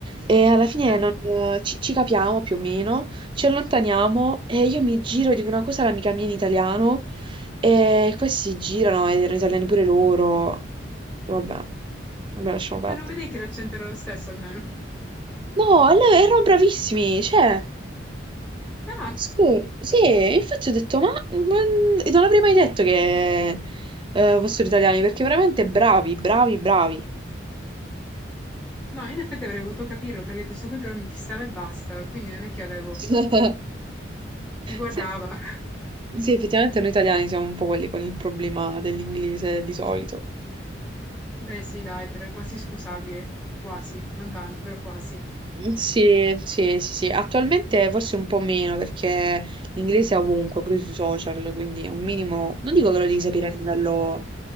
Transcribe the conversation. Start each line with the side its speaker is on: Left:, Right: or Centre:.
Right: e alla fine
Centre: Eh?
Right: non- eh, ci, ci capiamo più o meno, ci allontaniamo e io mi giro e dico una cosa all'amica mia in italiano e questi si girano ed erano italiani pure loro. Vabbè, vabbè, lasciamo perdere.
Centre: Ma non vedevi che l'accento era lo stesso almeno?
Right: No, lei- erano bravissimi, cioè...
Centre: Ah!
Right: Sì, sì, e infatti ho detto, ma, ma- e non avrei mai detto che eh, fossero italiani, perché veramente bravi, bravi, bravi.
Centre: No, in effetti avrei potuto capirlo perché questo qui però mi fissava e basta, quindi non è che avevo...
Right: <laughs>
Centre: Mi guardava.
Right: Sì.
Centre: <laughs>
Right: Sì, effettivamente noi italiani siamo un po' quelli con il problema dell'inglese di solito.
Centre: Beh, sì, dai, però è quasi scusabile. Quasi, non tanto, però quasi.
Right: Mm, Sì, sì, sì, sì. Attualmente forse un po' meno perché l'inglese è ovunque,
Centre: Mm,
Right: pure sui social, quindi è un minimo, non dico che lo devi
Centre: Sì,
Right: sapere a livello